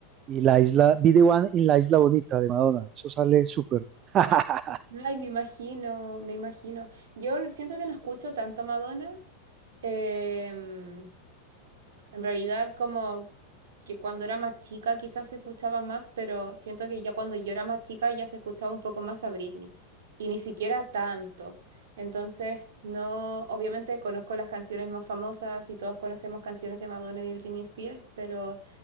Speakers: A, on the right (about 30°); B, on the right (about 60°).
A: y la isla, Be The One y la isla bonita de Madonna. Eso sale súper. <laughs>
B: Ay, me imagino, me imagino. Yo siento que no escucho tanto Madonna. em, En realidad, como que cuando era más chica quizás se escuchaba más, pero siento que ya cuando yo era más chica ya se escuchaba un poco más a Britney. Y ni siquiera tanto. Entonces, no, obviamente conozco las canciones más famosas y todos conocemos canciones de Madonna y Britney Spears, pero